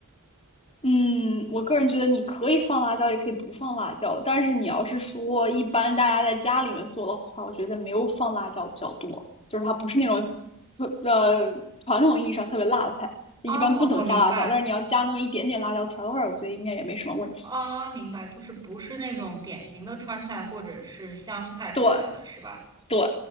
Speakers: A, on the left; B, on the right.
A: 嗯，我个人觉得你可以放辣椒，也可以不放辣椒。但是你要是说一般大家在家里面做的话，我觉得没有放辣椒比较多，就是它不是那种呃传统意义上特别辣的菜，一般不怎么加辣椒。
B: 啊，我我明白，
A: 但是你要加那么一点点辣椒调个味儿，我觉得应该也没什么问题。
B: 啊，明白，就是不是那种典型的川菜或者是湘菜之类的是吧
A: 对对，